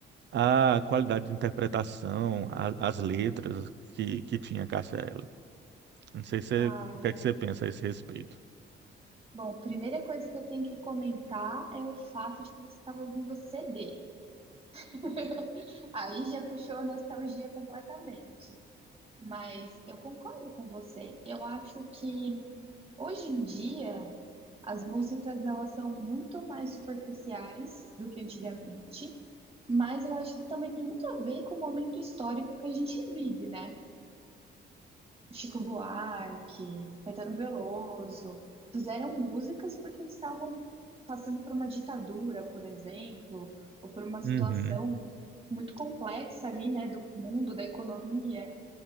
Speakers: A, on the right (about 60°); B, on the right (about 30°).
A: a qualidade de interpretação, a- as letras que, que tinha Cássia Eller. Não sei se,
B: Ah,
A: o que é que você pensa a esse respeito.
B: bom, primeira coisa que eu tenho que comentar é o fato de que você estava ouvindo CD. <laughs> Aí já puxou a nostalgia completamente. Mas eu concordo com você. Eu acho que hoje em dia as músicas elas são muito mais superficiais do que antigamente, mas eu acho que também tem muito a ver com o momento histórico que a gente vive, né? Chico Buarque, Caetano Veloso, fizeram músicas porque estavam passando por uma ditadura, por exemplo, ou por uma situação
A: Uhum.
B: muito complexa ali, né, do mundo, da economia.